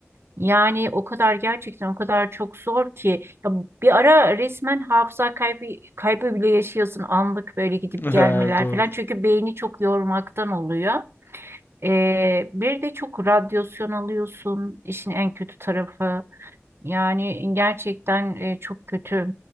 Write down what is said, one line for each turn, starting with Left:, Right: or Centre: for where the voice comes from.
Right: Yani o kadar gerçekten o kadar çok zor ki ya bir ara resmen hafıza kaybı, kaybı bile yaşıyorsun anlık böyle gidip
Left: <laughs>
Right: gelmeler
Left: Ha, Doğru.
Right: falan çünkü beyni çok yormaktan oluyor. Ee, bir de çok radyasyon alıyorsun işin en kötü tarafı yani gerçekten e, çok kötü.